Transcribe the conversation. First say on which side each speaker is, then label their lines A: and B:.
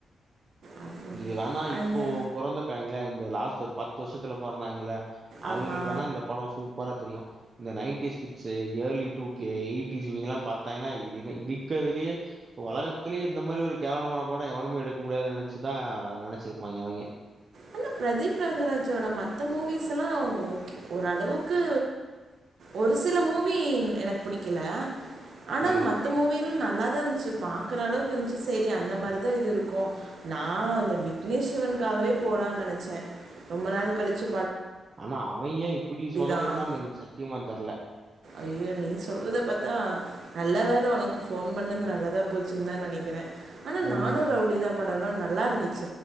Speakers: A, on the right (about 60°); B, on the right (about 30°).
A: அவ்வளோ
B: இது வேணா இப்போ
A: அது
B: பொறந் காய்ங்கல்ல இந்த லாஸ்ட்டு ஒரு பத்து வர்ஷத்துல பொறந்தாய்ங்கல்ல அவிங்களுக்கு
A: ஆமா
B: வேணா இந்த படொ சூ ப்பரா தெரியு இந்த nineties kids early two K eighties இவிங்கெல்லா பாத்தாய்ங்கன்னா இது இ இது இருக்கறதுலயே ஒலகத்துலயே இந்த மாரி ஒரு கேவலமான படொ எவனுமே எடுக்க முடியாது நெனச்சுதா நெனச்சிருப்பாய்ங்க அவிய்ங்க
A: அண்ணா பிரதீப் ரங்கராஜோட மத்த மூவிஸ்ல்லா ஓரளவுக்கு ஒரு சில மூவி எனக்கு பிடிக்கல ஆனா
B: ம்.
A: மத்த மூவீ ந நல்ல இருன்ஞ்சு பாக்ற அளவுக்கு இருன்ஞ்சு சேரி அந்த மாரி தா இது இருக்கு நா அந்த விக்னேஷ் சிவன்க்காகவே போலா ரொம்ப நாள் கழிச்சி
B: ஆனா அவ ஏ இப்டி சொதப்புனான்
A: தான்
B: எனக்கு சத்தியமா தெர்ல
A: ஐயோ நீ சொல்றத பாத்தா நல்ல வேல உனக்கு ஃபோன் பண்ணது நல்லதா போச்சுன்தா நெனக்கிறே ஆனா
B: ம்.
A: நானும் ரவுடி தா படம்லா நல்லா இருந்து